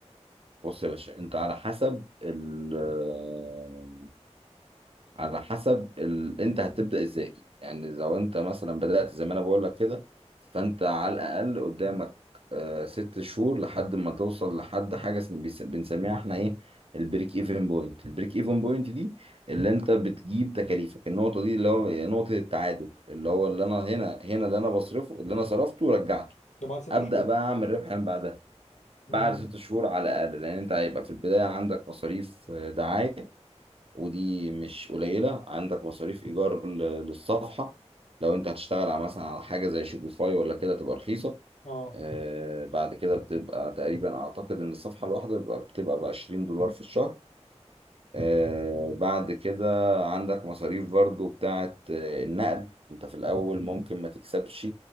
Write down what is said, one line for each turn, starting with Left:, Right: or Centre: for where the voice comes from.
Right: بص يا باشا انت على حسب ال آه، على حسب ال... انت هتبدا ازاي يعني لو انت مثلا بدات زي ما انا بقول لك كده فانت على الاقل قدامك آه، ست شهور لحد ما توصل لحد حاجه اسم- بيس- بنسميها احنا ايه البريك ايفن بوينت البريك ايفن بوينت دي اللي انت بتجيب تكاليفك النقطه دي اللي هو نقطه التعادل اللي هو اللي انا هنا هنا اللي انا بصرفه اللي انا صرفته رجعته
Left: ده بعد ست
Right: ابدا
Left: شهور
Right: بقى اعمل ربح من بعدها
Left: امم
Right: بعد ست شهور على الاقل لان انت هيبقى في البدايه عندك مصاريف آه، دعايه ودي مش قليله عندك مصاريف ايجار ل- للصفحه لو انت هتشتغل على مثلا على حاجه زي شوبيفاي ولا كده تبقى رخيصه
Left: اه
Right: آه بعد كده بتبقى تقريبا اعتقد ان الصفحه الواحده بتبقى بتبقى ب 20 دولار في الشهر آه
Left: تمام
Right: بعد كده عندك مصاريف برضو بتاعه آه، النقل انت في الاول ممكن ما تكسبش